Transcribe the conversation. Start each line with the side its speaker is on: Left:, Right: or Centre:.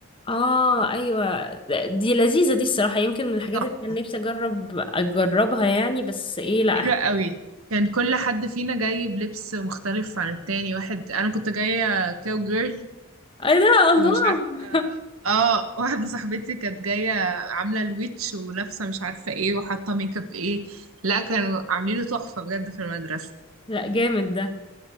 Left: اه ايوه دي لذيذة دي الصراحة يمكن من الحاجات
Right: تحفة
Left: اللي كان نفسي اجرب اجربها يعني بس ايه لا
Right: حلوة
Left: اح-
Right: قوي كان كل حد فينا جاي بلبس مختلف عن التاني واحد أنا كنت جاية كاو جيرل
Left: ايه ده الله
Right: ومش عارفة
Left: <laughs>
Right: اه واحدة صاحبتي كانت جاية عاملة الويتش ولابسة مش عارفة ايه وحاطة ميك اب ايه لا كانوا عاملينه تحفة بجد في المدرسة
Left: لا جامد ده